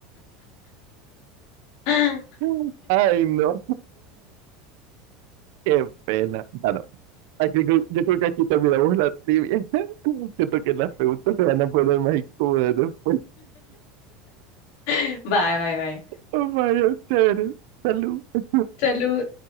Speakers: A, on the left (about 70°); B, on the right (about 70°).
A: <laughs> Bye,
B: <laughs> Ay, no, qué pena. Bueno, aquí, creo- yo creo que aquí terminamos la trivia. <laughs> Siento que las preguntas se van a poner más incómodas después.
A: bye, bye.
B: Oh, vaya, chévere. Salud.
A: Salud.